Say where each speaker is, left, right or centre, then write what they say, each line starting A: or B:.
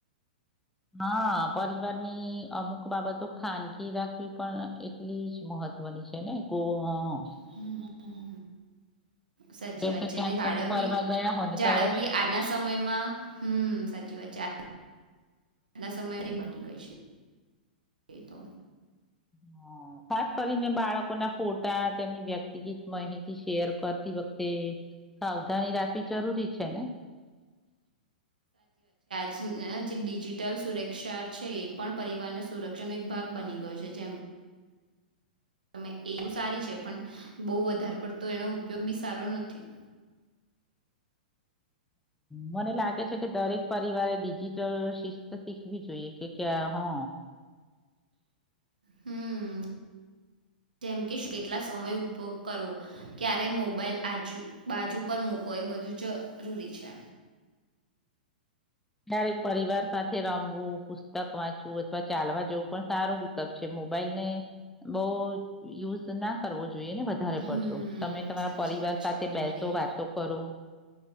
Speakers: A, in the centre; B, on the right.
A: હા પરિવારની અમુક બાબતો ખાનગી રાખવી પણ એટલી જ મહત્વની છે ને ગો હા.
B: હમ્મ, હમ્મ. સાચી
A: જેમ
B: વાત
A: કે
B: છે
A: ક્યાંક
B: અને દળાવવી
A: તમે ફરવા ગયા હોય ને
B: જાળવવી
A: તરત
B: આના સમયમાં હમ્મ સાચી વાત છે <inaudible> સમયધથી બની ગઈ છે એ તો.
A: હા ખાસ કરી ને બાળકો ના ફોટા તેમની વ્યક્તિગીત માહિતી શેર કરતી વખતે સાવધાની રાખવી જરૂરી છે ને?
B: જ અહ જે ડિજિટલ સુરક્ષા છે એ પણ પરિવારના સુરક્ષાનો એક ભાગ બની ગયો છે જેમ તમે એ તો સારી છે, પણ બહુ વધારે પડતો એનો ઉપયોગ બી સારો નથી.
A: મને લાગે છે કે, દરેક પરિવારે ડિજિટલ શીખવી જોઈએ કે ક્યાં હો?
B: હમ જેમ કે કેટલા સમય ઉપયોગ કરવો, ક્યારે મોબાઈલ આજ બાજુ પર મુૂકો? એ બધું જરૂરી છે.
A: દરેક પરિવાર સાથે રમવું, પુસ્તક વાંચવું અથવા ચાલવા જેવું, પણ સારો વિકલ્પ છે. મોબાઈલ ને બહુ યુઝ ના કરવો જોઈએ. ને વધારે પડતો
B: હમ્મ,
A: તમે તમારા
B: સાચી
A: પરિવાર
B: વાત છે
A: સાથે
B: તમારી.
A: બેસો વાતો કરો.